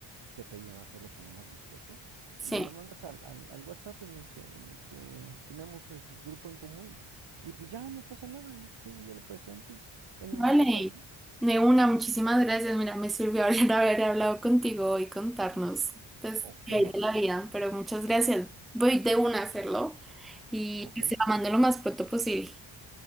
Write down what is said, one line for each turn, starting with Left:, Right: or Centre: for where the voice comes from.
Right: que te ayudan a hacerlo como más vistoso.
Centre: Sí,
Right: Y me lo mandas al, al, al WhatsApp en el que, en el que tenemos pues, el grupo en común. Y pues ya no pasa nada, yo, te digo, yo lo presento y pues, en
Centre: vale,
Right: una de esas, ¿no?
Centre: de una, muchísimas gracias, mira, me sirvió hablar, <laughs> haber hablado contigo y contarnos, pues,
Right: Ok,
Centre: qué hay de la vida, pero muchas gracias, voy de una a hacerlo y
Right: ok.
Centre: pues, te la mando lo más pronto posible.